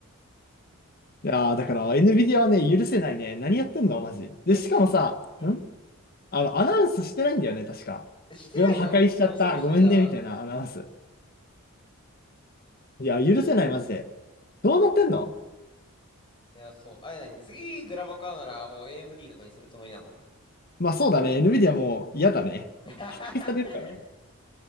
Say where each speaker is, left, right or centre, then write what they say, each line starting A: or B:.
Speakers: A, on the left; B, on the left.
A: いやー、だから NVIDIA はね、許せないね。何やってんのマジ。で、
B: え、
A: しかもさ、
B: ち、うん。
A: んあの、アナウンスしてないんだよね、確か。
B: してないの恐ろしいな。
A: グラフ破壊しちゃった。ごめんね、みたいなアナウンス。いや、許せない、マジで。どうなってんの
B: いや、そう。あれ何次グラバ買うならもう AMD とかにするつもりなの
A: まあそうだね。NVIDIA も嫌だね。
B: <laughs>
A: 破壊されるからね。